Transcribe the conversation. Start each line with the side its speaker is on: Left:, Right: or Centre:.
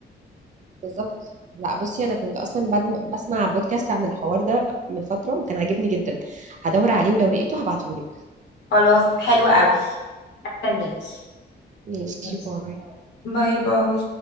Right: بالظبط لا بصي انا كنت اصلا بعد ما- بسمع بودكاست عن الحوار ده من فتره وكان عاجبني جدا هدور عليه ولو لقيته هبعتهولك
Left: خلاص حلو قوي استنيكي
Right: ماشي
Left: بس.
Right: باي
Left: باي باي